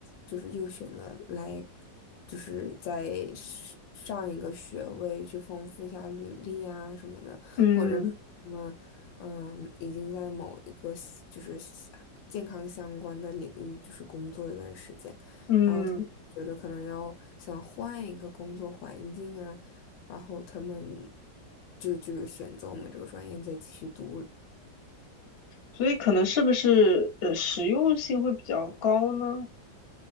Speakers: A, on the left; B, on the left.
A: 就是又选择来就是在上一个学位去丰富一下履历啊什么的。
B: 嗯
A: 或者是他们嗯已经在某一个西就是西健康相关的领域就是工作了一段时间，
B: 嗯，
A: 然后他觉得可能要想换一个工作环境啊，然后他们就就是选择我们这个专业再继续读，
B: 所以可能是不是呃实用性会比较高呢？